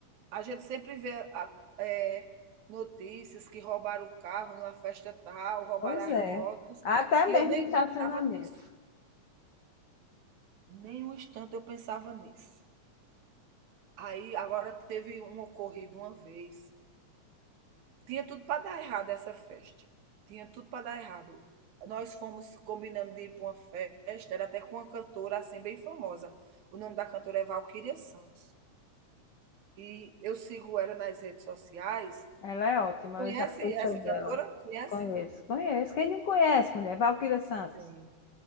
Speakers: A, on the right; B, on the left.
A: A gente sempre vê a eh, notícias que roubaram o carro numa festa tal, roubaram
B: Pois
A: as
B: é.
A: motos,
B: Até
A: e
B: mesmo
A: eu nem
B: em estacionamento.
A: pensava nisso, nem um instante eu pensava nisso. Aí agora teve um ocorrido uma vez Tinha tudo para dar errado essa festa. Tinha tudo para dar errado. Nós fomos combinando de ir para uma festa, era até com uma cantora assim bem famosa. O nome da cantora é Valquíria Santos. E eu sigo ela nas redes sociais.
B: Ela é ótima,
A: Conhece
B: eu já fui
A: essa
B: show dela.
A: cantora? Conhece?
B: Conheço, conheço. Quem não conhece, mulher? Valquíria Santos.
A: Sim.